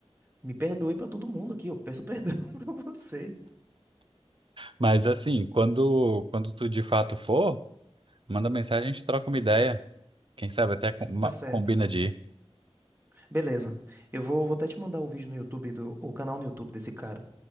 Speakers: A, on the right (about 20°); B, on the right (about 55°).
A: me perdoe pra todo mundo aqui, eu peço perdão <laughs> pra vocês.
B: Mas assim, quando quando tu de fato for, manda mensagem, a gente troca uma ideia. Quem sabe até com- uma-
A: Tá certo.
B: combina de ir.
A: Beleza. Eu vou, vou até te mandar o vídeo no YouTube do, o canal no YouTube desse cara,